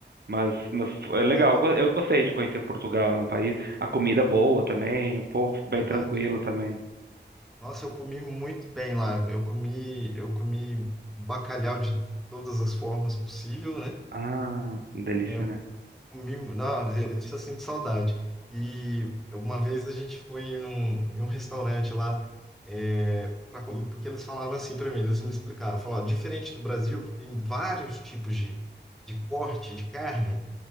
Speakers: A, on the right (about 65°); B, in the centre.
A: Mas, mas é legal,
B: É uma
A: eu go- eu gostei de conhecer Portugal, é um país, a comida é boa também, o povo bem
B: verdade.
A: tranquilo também.
B: Nossa, eu comi muito bem lá. Eu comi, eu comi bacalhau de todas as formas possível, né?
A: Ah, delícia,
B: É,
A: né?
B: O mimo, não, isso eu sinto saudade. E uma vez a gente foi num, em um restaurante lá, é, pra comer, porque eles falaram assim para mim, eles me explicaram, falaram, "Ó, diferente do Brasil, que tem vários tipos de, de corte de carne,